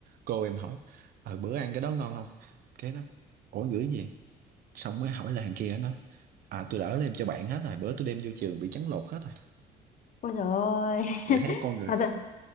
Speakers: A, on the right; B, on the left.
A: cô em hỏi ờ bữa ăn cái đó ngon không cái đó ủa gửi gì vậy?" xong mới hỏi là thằng kia nó à tôi đã đem cho bạn hết rồi bữa tôi đem vô trường bị trấn lột hết rồi
B: ôi trời ơi
A: vậy thấy con người
B: Và dạ-